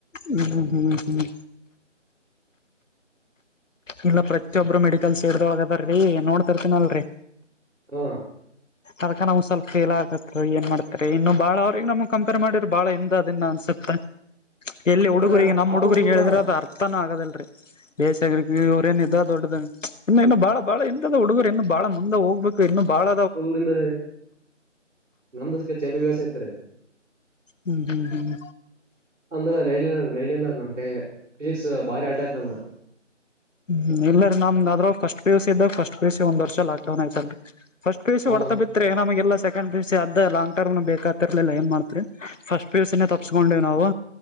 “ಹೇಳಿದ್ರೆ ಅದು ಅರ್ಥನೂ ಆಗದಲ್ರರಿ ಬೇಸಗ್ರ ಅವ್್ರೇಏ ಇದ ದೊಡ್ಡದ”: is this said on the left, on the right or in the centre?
Left